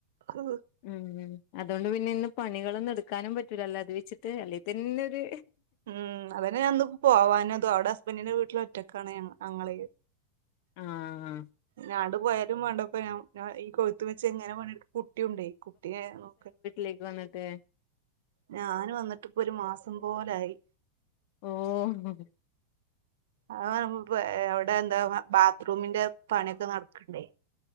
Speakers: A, on the right; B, on the left.
A: ഹു
B: ഉം അതുകൊണ്ട് പിന്നെ ഇന്ന് പണികളൊന്നും എടുക്കാനും പറ്റൂലല്ലോ അത് വെച്ച് ത് അല്ലെ തന്നെ ഒരു
A: ഉം അതന്നെ ഞാൻന്ന് പോവാഞ്ഞതും അവ്ടെ ഹസ്ബന്റിന്റെ വീട്ട്ൽ ഒറ്റക്കാണ് അങ്ങള്
B: ആഹ്
A: ഞാണ്ട് പോയാലും വേണ്ടപ്പോ ഞാൻ ഈ കൊഴുത്ത് വെച്ച് എങ്ങനെ പണിട്ക്കും കുട്ടിയുണ്ടേ കുട്ടിയെ നോക്ക
B: ലേക്ക് വന്ന്ട്ട്
A: ഞാന് വന്നിട്ട് ഇപ്പൊ ഒരു മാസം പോലായി
B: ഓഹ്
A: അഥവാ നമ്മപ്പേ അവ്ടെ എന്താ ബാത്റൂമിന്റെ പണിക്കെ നടക്ക്ണ്ടേ